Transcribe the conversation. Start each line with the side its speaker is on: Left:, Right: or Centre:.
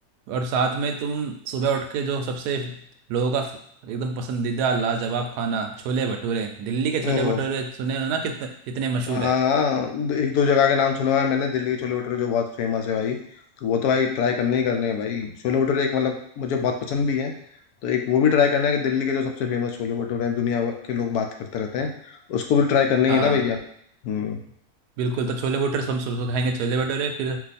Right: और साथ में तुम सुबह उठ के जो सबसे लोगों का एकदम पसंदीदा लाजवाब खाना छोले भटूरे दिल्ली के छोले
Left: ओहो
Right: भटूरे सुने हो ना कितने कितने मशहूर
Left: हाँ
Right: है
Left: दो- एक दो जगह के नाम सुना हुआ है मैंने दिल्ली के छोले भटूरे जो बहुत फेमस है भाई तो वो तो भाई ट्राई करने ही करने हैं भाई छोले भटूरे एक मतलब मुझे बहुत पसंद भी है तो एक वो भी ट्राई करना है कि दिल्ली के जो सबसे फेमस छोले भटूरे हैं दुनिया भर के लोग बात करते रहते हैं उसको भी ट्राई करना
Right: हाँ
Left: ही है ना भैया हम्म
Right: बिल्कुल तो छोले भटूरे सब सबको खाएंगे छोले भटूरे फिर